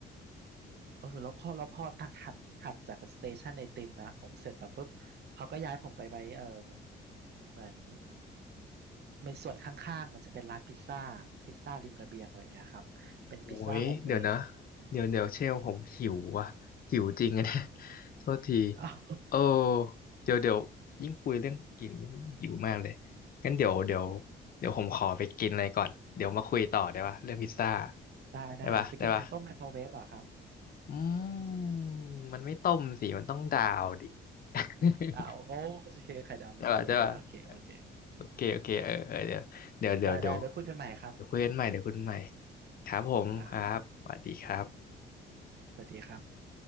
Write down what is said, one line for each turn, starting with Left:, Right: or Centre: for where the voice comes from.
Right: เออแล้วข้อแล้วพอถัดถัดถัดจากสเตชันไอติมนะ ผมเสร็จแล้วปุ๊บ เขาก็ย้ายผมไปไว้เออเหมือนในส่วนข้างๆ มันจะเป็นร้านพิซซ่า พิซซ่าริมระเบียงอะไรเงี้ยครับเป็นพิซซ่าโฮมเมด
Left: โอ้ยเดี๋ยวนะเดี๋ยวเดี๋ยวเชลผมหิวว่ะหิวจริงอะเนี่ย <laughs> โทษที
Right: อ้าว
Left: เออเดี๋ยวเดี๋ยวยิ่งคุยเรื่องกินยิ่งหิวมากเลยงั้นเดี๋ยวเดี๋ยวเดี๋ยวผมขอไปกินอะไรก่อนเดี๋ยวมาคุยต่อได้ปะเรื่องพิซซ่า
Right: ได้ได้
Left: ได้ปะได้ปะ
Right: ไปกินไข่ต้มไมโครเวฟเหรอ่ะครับ
Left: อืมมันไม่ต้มสิ มันต้องดาวดิ <laughs>
Right: อ้าวโอเคไข่ดาวไมโครเวฟโอเคโอเค
Left: ใช่ป่ะใช่ป่ะโอเคโอเคเออเออเดี๋ยวเดี๋ยวเดี๋ยวเดี๋ยว
Right: ได้ได้ไปคุยกันใหม่ครับ
Left: เดี๋ยวคุยกันใหม่เดี๋ยวคุยกันใหม่ครับผมครับสวัสดีครับ
Right: ครับสวัสดีครับ